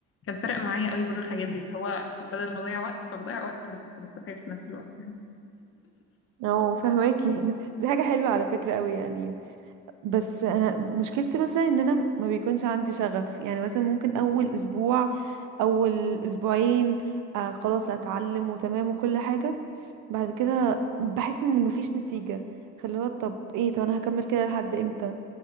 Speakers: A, on the left; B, on the right.
A: كان فرق معايا قوي برضو الحاجات دي اللي هو بدل ما اضيع وقت فبضيع وقت بس بستفاد في نفس الوقت
B: اه فهماكي <laughs> دي حاجة حلوة على فكرة قوي يعني بس انا مشكلتي مثلا ان انا ما بيكونش عندي شغف يعني مثلا ممكن اول اسبوع اول اسبوعين آه خلاص اتعلم وتمام وكل حاجة بعد كده بحس ان مفيش نتيجة فاللي هو طب ايه طب انا هكمل كده لحد امتى